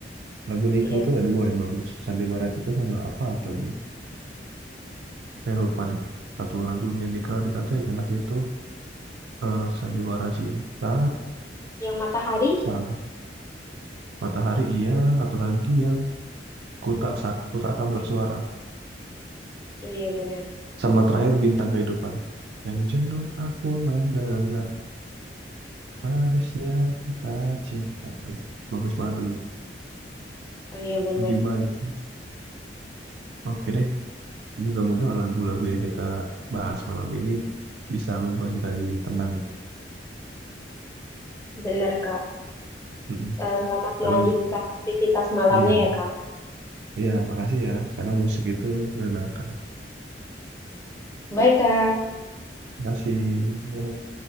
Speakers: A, on the right (about 65°); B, on the left (about 15°).
A: Lagu Nickel
B: Iya.
A: tuh ada dua yang bagus. Sandi Maracita sama apa lagi. Saya lupa deh satu lagunya Nika Ritata yang enak itu eh, Sandiwara Cinta,
B: Yang Matahari?
A: Sang Matahari, iya. Satu lagi yang ku tak sa- ku tak akan bersuara.
B: Oh iya benar.
A: Sama terakhir Bintang Kehidupan. Yang jenuh aku mendengar manisnya kata cinta. Wih, bagus banget lagunya.
B: Oh iya benar.
A: Lebih baik. Oke deh, moga-moga lagu-lagu yang kita bahas malam ini bisa membuat kita jadi tenang.
B: Benar Kak.
A: Mm-mm.
B: eh, selamat
A: Karena
B: melanjutkan
A: mu-
B: aktivitas malamnya
A: iya,
B: ya, Kak.
A: iya, makasih ya. Karena musik itu menenangkan.
B: Bye, Kak.
A: Makasih.